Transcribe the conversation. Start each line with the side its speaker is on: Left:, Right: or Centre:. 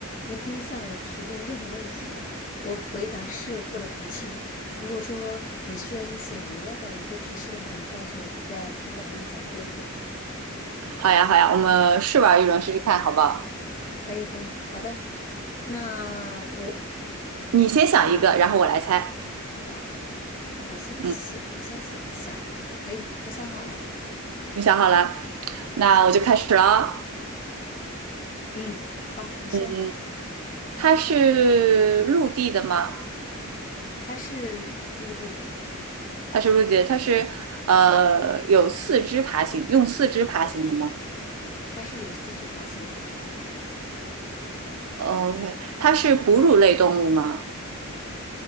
Left: 你可以向我提问任何问题，我回答是或者不是。如果说你需要一些额外的一个提示的话，你告诉我，我再我再给你讲多一点。
Right: 好呀，好呀，我们试玩一轮试试看，好不好？
Left: 可以，可以，好的。那我
Right: 你先想一个，然后我来猜。
Left: 好，我先写，
Right: 嗯，
Left: 我先写想一个，可以，我想好了。
Right: 你想好了，那我就开始了哦。
Left: 嗯，好吧，你说，
Right: 嗯，它是陆地的吗？
Left: 它是陆地的。
Right: 它是陆地的它是呃有四肢爬行，用四肢爬行的吗
Left: 它是有四肢爬行的，
Right: ？OK，它是哺乳类动物吗？